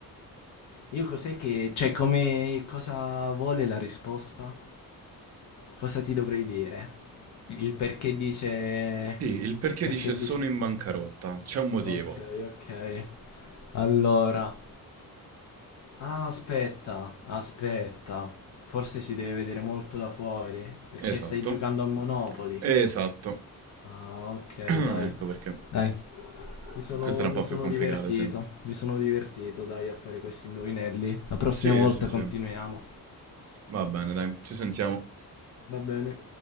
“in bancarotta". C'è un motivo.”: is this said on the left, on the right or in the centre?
Right